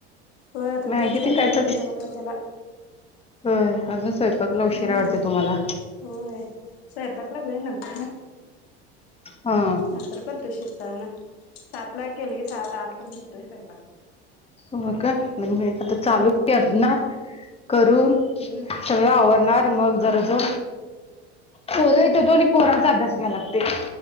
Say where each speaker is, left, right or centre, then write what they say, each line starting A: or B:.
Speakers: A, on the left; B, on the left.
A: हो आता
B: मॅगी
A: तेच कायतरी
B: ते काय
A: करून
B: चालू
A: दयायला पाहिजे त्याला.
B: होय अजून स्वयंपाकला उशीरा
A: हम्म
B: होते तुम्हाला.
A: होय स्वयंपाकला वेळ नंतर
B: हा!
A: नंतर करतोय शेतताना सातला केले की सात आठ पर्यंत होतोय स्वयंपाक-
B: हो का म्हणजे आता चालू करणार करून.
A: हू!
B: सगळ आवरणार मग जरजो. पोर हेत दोनी पोरांचा अभ्यास घ्या लागतय.